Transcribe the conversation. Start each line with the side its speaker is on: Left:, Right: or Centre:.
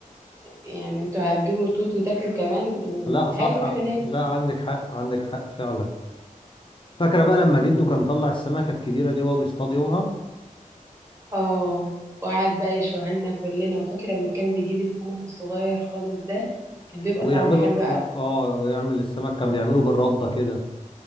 Right: يعني انتوا هتجيبوا توت وتاكلوا كمان اه،
Left: لا صح
Right: هاتوا واحنا
Left: لا عندك حق عندك حق فعلا فاكره بقى لما جده
Right: ناكل
Left: كان طلع السمكه الكبيره دي وهو بيصطاد يومها
Right: اه وقعد بقى يشوهنا كلنا وفاكرة لما كان بيجيب السمك الصغير خالص ده كان بيبقى
Left: ويعملوا
Right: طعمه حلو قوي
Left: و- اه ويعمل السمك كان بيعمله بالرده كده